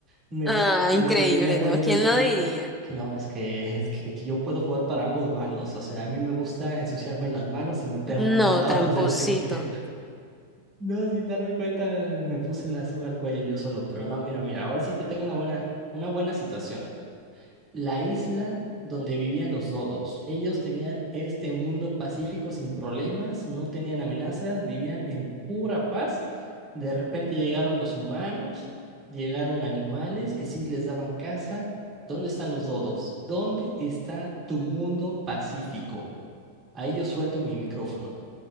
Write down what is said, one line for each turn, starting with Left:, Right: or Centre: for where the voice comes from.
Right: Me,
Centre: ah, increíble,
Right: me terminé poniendo
Centre: ¿no? ¿Quién
Right: el pie.
Centre: lo diría?
Right: No, es que, <laughs> es que yo puedo jugar para ambos bandos. O sea, a mí me gusta ensuciarme las manos y meterme
Centre: No,
Right: a ambos <laughs> lados
Centre: tramposito.
Right: de la guerra. No, sin darme cuenta, me puse la soga al cuello yo solo. Pero no, mira, mira, ahora sí te tengo una buena, una buena situación la isla donde vivían los dodos. Ellos tenían este mundo pacífico sin problemas, no tenían amenazas, vivían en pura paz. De repente llegaron los humanos, llegaron animales que sí les daban caza. ¿Dónde están los dodos? ¿Dónde está tu mundo pacífico? Ahí yo suelto mi micrófono.